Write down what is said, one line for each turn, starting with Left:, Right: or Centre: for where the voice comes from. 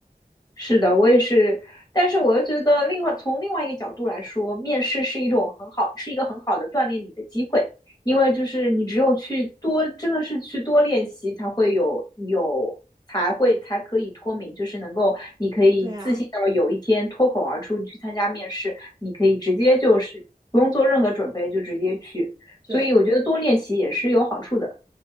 Left: 是的，我也是，但是我又觉得另外从另外一个角度来说，面试是一种很好，是一个很好的锻炼你的机会，因为就是你只有去多，真的是去多练习，才会有有才会才可以脱敏，就是能够你可以自信到有一天脱口而出，
Right: 对啊，
Left: 你去参加面试，你可以直接就是不用做任何准备就直接去，所以我觉得多练习也是有好处的。
Right: 对，